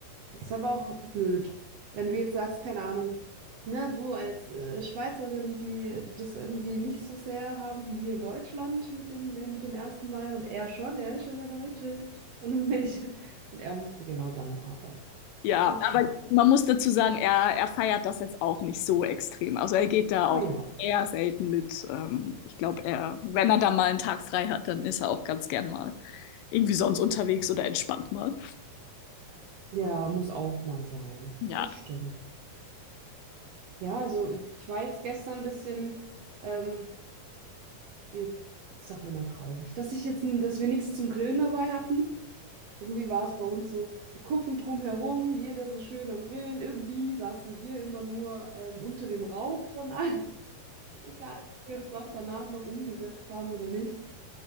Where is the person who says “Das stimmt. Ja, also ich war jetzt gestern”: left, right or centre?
Right